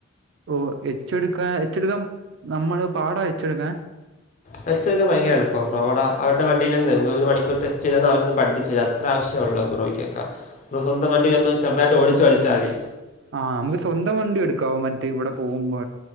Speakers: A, on the right (about 60°); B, on the left (about 35°).
A: ഓ എച്ചെട്ക്കാ എച്ചെടുക്കാൻ നമ്മള് പാടാ എച്ചെട്ക്കാൻ
B: ടെസ്റ്റ് എടു ഭയങ്ക എള്ളൂപ്പവു റോഡാ അവടെ വണ്ടിയിരുന്നു ഒരു മണിക്കൂർ ടെസ്റ്റ് ചെയ്ത അവ പഠിപ്പിച്ച അത്ര ആവശ്യ ഒള്ളു ബ്രോയ്ക്കക്ക സ്വന്തം വണ്ടിന്ന് ചെറുതായിട്ട് ഓടിച്ചു പാടിച്ചാല്
A: ആഹ് നമുക്ക് സ്വന്തം വണ്ടി എടുക്കാവും മറ്റേ ഇവടെ പോവുമ്പോ